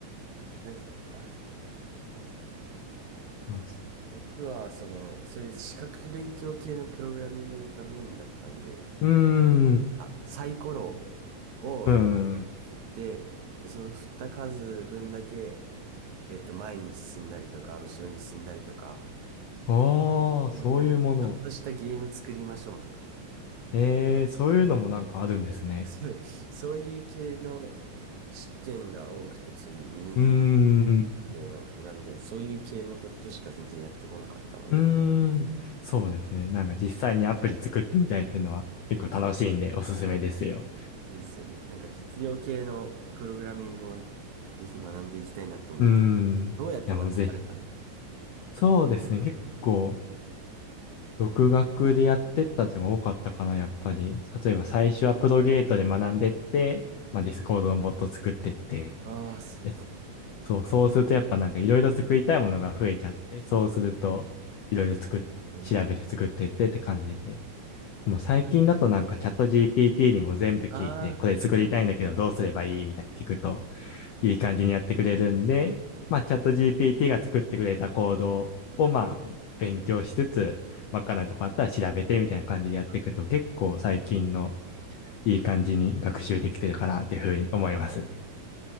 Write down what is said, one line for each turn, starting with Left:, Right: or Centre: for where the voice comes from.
Right: なんか、あ、
Left: う。
Right: 僕は、その、そういう資格勉強系のプログラミングがメインだったんで、
Left: うーん。
Right: あ、サイコロを
Left: うん。
Right: 振って、で、その振った数分だけ、えっと、前に進んだりとか、後ろに進んだりとか、
Left: ああ、そういうもの。
Right: そういうなんか、ちょっとしたゲーム作りましょうとか、
Left: ええ、そういうのもなんかあるんですね。
Right: そうそういう系の試験が多くて、そういうミニゲ
Left: うーん。
Right: 系の、なんで、そういう系のことしか全然やってこなかったので、
Left: うーん。そうですね。なんか実際にアプリ作ってみたいっていうのは結構楽しいんでおすすめですよ。
Right: そうですよね。なんか実用系のプログラミングもぜひ学んでいきたいなと思って。
Left: うーん。
Right: どうやって学ばれたの
Left: いや、もうぜひ。そうですね。結構、独学でやってったっていうのが多かったかな、やっぱり。例えば最初はプロゲートで学んでって、まあディスコードのボット作ってって、
Right: ああー、
Left: <laughs>
Right: すご
Left: でそう、そうするとやっぱなんかいろいろ作りたいものが増えちゃって、そうするといろいろ作っ、
Right: い。えー、
Left: 調べて作ってってって感じで。でも最近だとなんかチャット GPT にも全部聞いて、
Right: あ
Left: これ作りたいんだけどどうすればいいみたいな聞くと
Right: ーいや
Left: いい感じにやってくれるんで、まあチャット GPT が作ってくれたコードをまあ勉強しつつ、わか赤ないとこあったら調べてみたいな感じでやっていくと結構最近の
Right: あー、
Left: いい感じに学習できてるかなっていうふうに思いますね。